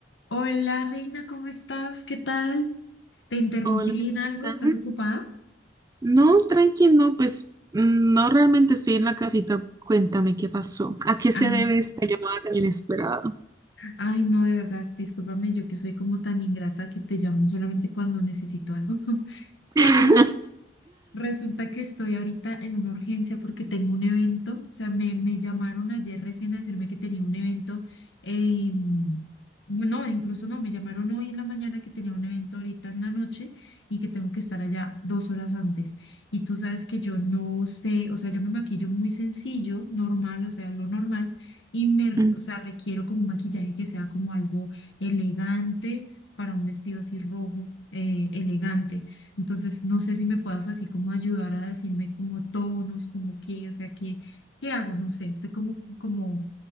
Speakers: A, on the left; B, on the right.
A: Hola, Reina, ¿cómo estás? ¿Qué tal? ¿Te interrumpí
B: Hola, amiguita.
A: en algo? ¿Estás ocupada?
B: No, tranqui, no, pues mm, no realmente estoy en la casita. Cuéntame qué pasó. ¿A qué
A: Ah,
B: se debe esta llamada tan inesperada?
A: ay, no, de verdad, discúlpame, yo que soy como tan ingrata que te llamo solamente cuando necesito algo. <laughs> Pero
B: <laughs>
A: Resulta que estoy ahorita en una urgencia porque tengo un evento, o sea, me, me llamaron ayer recién a decirme que tenía un evento, eh, no, incluso no, me llamaron hoy en la mañana que tenía un evento ahorita en la noche y que tengo que estar allá dos horas antes. Y tú sabes que yo no sé, o sea, yo me maquillo muy sencillo, normal, o sea, lo normal, y me,
B: Mm,
A: o sea, requiero como un maquillaje que sea como algo elegante para un vestido así rojo, eh, elegante entonces, no sé si me puedas así como ayudar a decirme como tonos, como qué, o sea, qué, qué hago, no sé, estoy como, como,